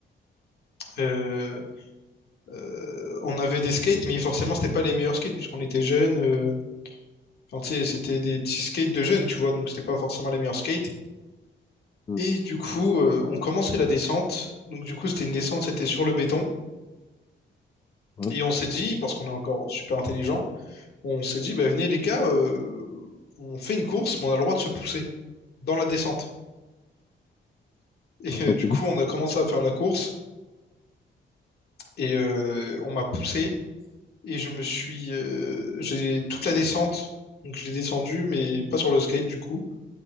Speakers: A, on the left; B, on the left.
A: euh, euh, on avait des skates, mais forcément, c'était pas les meilleurs skates puisqu'on était jeunes. euh, enfin, tu sais, c'était des petits skates de jeunes, tu vois, donc c'était pas forcément les meilleurs skates.
B: oui,
A: Et du coup, euh, on commençait la descente. Donc du coup, c'était une descente, c'était sur le béton.
B: oui,
A: Et on s'est dit, parce qu'on est encore super intelligent, on s'est dit, bah, venez les gars, euh, on fait une course, mais on a le droit de se pousser dans la descente. Et euh,
B: ok.
A: du coup, on a commencé à faire la course et euh, on m'a poussé et je me suis, euh, j'ai toute la descente, donc je l'ai descendu, mais pas sur le skate du coup.